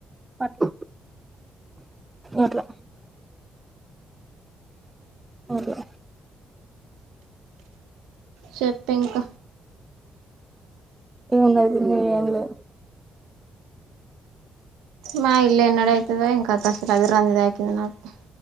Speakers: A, on the right (about 15°); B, on the right (about 85°).
A: పట్ ఎట్లా అవులో
B: చెప్పింక
A: ఏం ఉండదు మీ ఏంలే
B: మా ఇల్ ఎన్నడ అయితదో ఇంక <unintelligible> <unintelligible> ర అంది దాకింది నాకు